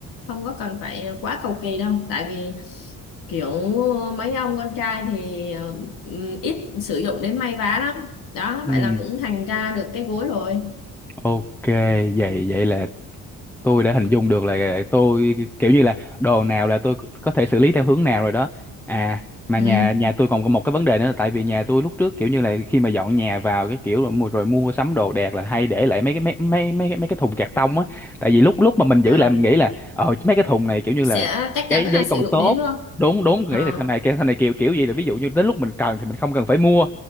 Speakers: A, on the left; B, in the centre.
A: không có cần phải quá cầu kỳ đâu tại vì kiểu mấy ông con trai thì ờ, ừ, ít sử dụng đến may vá lắm đó
B: ừ.
A: vậy là cũng thành ra được cái gối rồi
B: ok vậy vậy là tôi đã hình dung được là tôi kiểu như là đồ nào là tôi có thể xử lý theo hướng nào rồi đó à mà
A: ừ
B: nhà nhà tôi còn có một cái vấn đề nữa là tại vì nhà tôi lúc trước kiểu như là khi mà dọn nhà vào cái kiểu là mua- rồi mua sắm đồ đạc là hay để lại mấy cái mấy mấy mấy cái- mấy cái thùng cạc tông á tại vì lúc lúc mà mình giữ
A: à
B: lại mình nghĩ là ờ mấy cái thùng này kiểu như
A: sẽ
B: là
A: chắc
B: cái
A: chắn là
B: giấy
A: sử
B: còn
A: dụng
B: tốt
A: đến luôn
B: đúng đúng
A: ờ
B: nghĩ là sau này sau này kiểu kiểu gì là ví dụ như đến lúc mình cần thì mình không cần phải mua